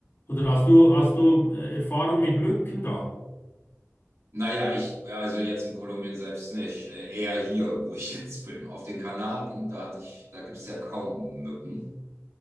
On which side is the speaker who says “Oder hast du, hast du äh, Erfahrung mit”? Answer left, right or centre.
Left